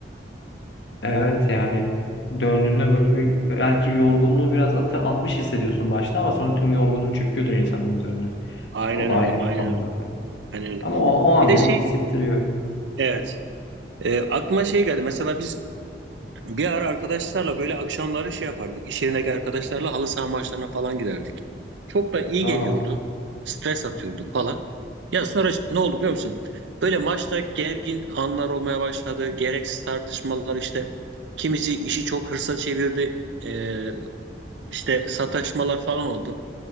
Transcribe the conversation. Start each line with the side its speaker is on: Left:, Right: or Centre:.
Left: Evet yani döndüğünde böyle bir belki yorgunluğu biraz atı, atmış hissediyorsun başta ama sonra tüm yorgunluk çöküyordur insanın üzerine.
Right: Aynen
Left: E, o da
Right: öyle,
Left: ayrı
Right: aynen
Left: bir konu
Right: öyle.
Left: zaten.
Right: Aynen öyle.
Left: Ama o, o an
Right: Bir de
Left: bile
Right: şey,
Left: iyi hissettiriyor.
Right: evet. Ee, aklıma şey geldi. Mesela biz Bir ara arkadaşlarla böyle akşamları şey yapardık. İş yerindeki arkadaşlarla halı saha maçlarına falan giderdik. Çok da iyi
Left: Aa.
Right: geliyordu. Stres atıyorduk falan. Ya sonra işte ne oldu biliyor musun? Böyle maçta gergin anlar olmaya başladı. Gereksiz tartışmalar işte. Kimisi işi çok hırsa çevirdi. Ee, işte sataşmalar falan oldu.